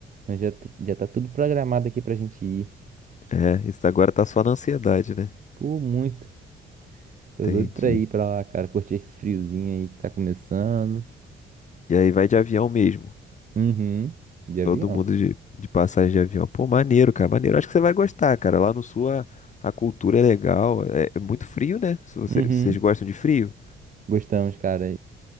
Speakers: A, on the right; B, on the left.
A: nós já, tu- já tá tudo programado aqui pra gente ir.
B: É, isso agora tá só na ansiedade, né?
A: Pô, muito.
B: Entendi.
A: Tô doido pra ir pra lá, cara, curtir esse friozinho aí que tá começando.
B: E aí vai de avião mesmo.
A: Uhum. De avião.
B: Todo mundo de, de passagem de avião. Pô, maneiro, cara, maneiro. Acho que você vai gostar, cara. Lá no sul a, a cultura é legal. É, é muito frio, né? Se você-
A: Uhum.
B: vocês gostam de frio?
A: Gostamos, cara.